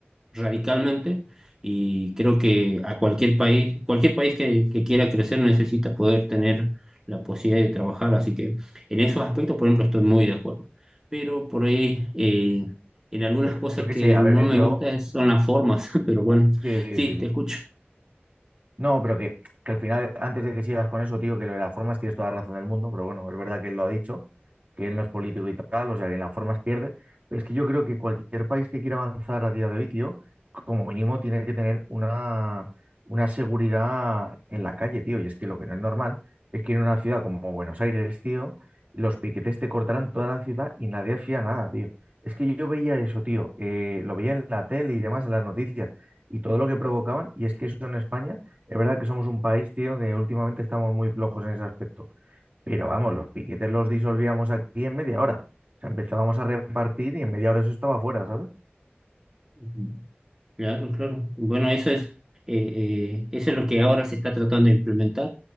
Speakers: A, on the right (about 15°); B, on the right (about 40°).
A: radicalmente y creo que a cualquier país, cualquier país que, que quiera crecer necesita poder tener la posibilidad de trabajar, así que en esos aspectos, por ejemplo, estoy muy de acuerdo. Pero por ahí, eh, en algunas
B: Pero
A: cosas
B: yo qué
A: que
B: sé, a
A: no
B: ver,
A: me
B: yo,
A: gustan son las formas, <laughs> pero bueno,
B: sí,
A: sí,
B: sí, sí.
A: te escucho.
B: No, pero que, que al final, antes de que sigas con eso, tío, que lo de las formas tienes toda la razón del mundo, pero bueno, es verdad que él lo ha dicho, que él no es político y tal, o sea, que en las formas pierde. Pero es que yo creo que cualquier país que quiera avanzar a día de hoy, tío, como mínimo tiene que tener una, una seguridad en la calle, tío. Y es que lo que no es normal es que en una ciudad como Buenos Aires, tío, los piquetes te cortaran toda la ciudad y nadie hacía nada, tío. Es que yo veía eso, tío, eh, lo veía en la tele y demás, en las noticias, y todo lo que provocaban, y es que eso en España es verdad que somos un país, tío, que últimamente estamos muy flojos en ese aspecto. Pero vamos, los piquetes los disolvíamos aquí en media hora. O sea, empezábamos a repartir y en media hora eso estaba fuera, ¿sabes?
A: Ujú. Claro, claro. Bueno, eso es, eh, eh, eso es lo que ahora se está tratando de implementar.